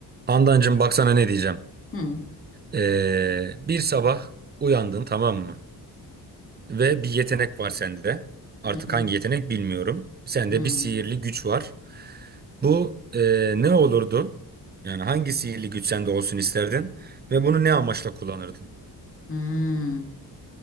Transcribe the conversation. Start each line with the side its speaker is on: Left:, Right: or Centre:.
Right: Handancığım baksana ne diyeceğim.
Left: Hmm,
Right: Ee, bir sabah uyandın tamam mı? Ve bir yetenek var sende. Artık
Left: hı hı,
Right: hangi yetenek bilmiyorum. Sende
Left: hmm,
Right: bir sihirli güç var. Bu ee, ne olurdu? Yani hangi sihirli güç sende olsun isterdin? Ve bunu ne amaçla kullanırdın?
Left: hmm.